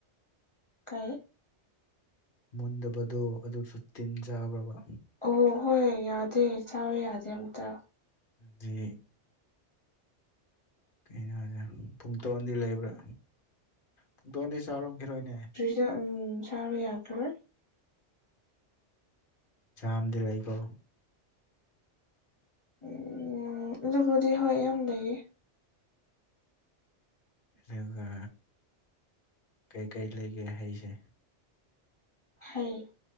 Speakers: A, on the left; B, on the left.
A: ꯀꯩ
B: ꯃꯨꯟꯗꯕꯗꯣ ꯑꯗꯨꯁꯨ ꯇꯤꯟꯖꯕ꯭ꯔꯕ꯫
A: ꯑꯣ ꯍꯣꯏ ꯌꯥꯗꯦ ꯆꯥꯎꯋ ꯌꯥꯗꯦ ꯑꯝꯇ꯫
B: ꯍꯥꯏꯗꯤ ꯀꯩꯅꯣꯁꯦ ꯄꯨꯡꯇꯣꯟꯗꯤ ꯂꯩꯕ꯭ꯔꯥ ꯄꯨꯡꯇꯣꯟꯗꯤ ꯆꯥꯎꯔꯝꯈꯤꯔꯣꯏꯅꯦ꯫
A: ꯑꯗꯣ ꯎꯝ ꯆꯥꯕ ꯌꯥꯈꯤꯔꯣꯏ꯫
B: ꯆꯥꯝꯗꯂꯩꯀꯣ꯫
A: ꯎꯝ ꯑꯗꯨꯕꯨꯗꯤ ꯍꯣꯏ ꯌꯥꯝ ꯂꯩꯌꯦ꯫
B: ꯑꯗꯨꯒ ꯀꯩꯀꯩ ꯂꯩꯒꯦ ꯍꯩꯁꯦ꯫
A: ꯍꯥꯏ